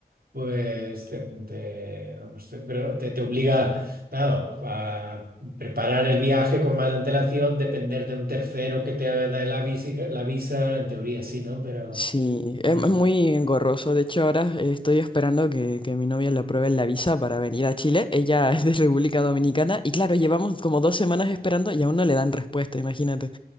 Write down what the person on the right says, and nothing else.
pues te, te- vamos, te- pero te, te obliga, claro, a preparar el viaje con más antelación, depender de un tercero que te da la visa, la visa, en teoría sí, ¿no? Pero
ya,